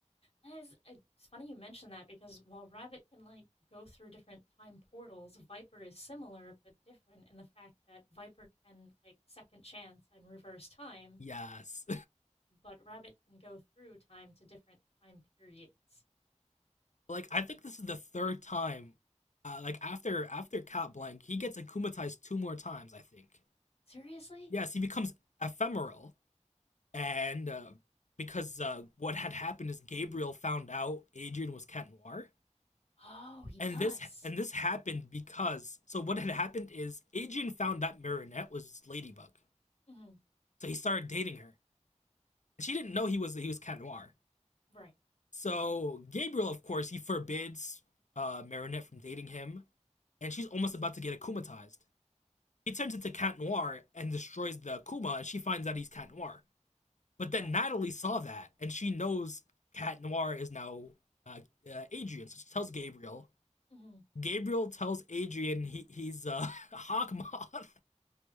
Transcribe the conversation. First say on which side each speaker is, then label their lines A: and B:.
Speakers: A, on the left; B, on the left.
A: and it's, funny you mention that because while rabbit can like go through different time portals viper is similar but different in the fact that viper can like second chance and reverse time
B: Yes.
A: but rabbit can go through time to different time periods
B: <laughs> like I think this is the third time uh, like after after Cat Blanc, he gets akumatized two more times, I think.
A: seriously
B: Yes, he becomes ephemeral, and uh, because uh, what had happened is Gabriel found out Adrian was Cat Noir,
A: oh he
B: and
A: does
B: this and this happened because so what had happened is Adrian found out Marinette was Ladybug,
A: hmm
B: so he started dating her, and she didn't know he was he was Cat Noir.
A: right
B: So Gabriel, of course, he forbids uh, Marinette from dating him, and she's almost about to get akumatized. He turns into Cat Noir and destroys the Akuma, and she finds out he's Cat Noir. But
A: right
B: then Natalie saw that, and she knows Cat Noir is now uh, uh, Adrian, so she tells Gabriel.
A: hmm
B: Gabriel tells Adrian he, he's uh, <laughs> Hawkmoth,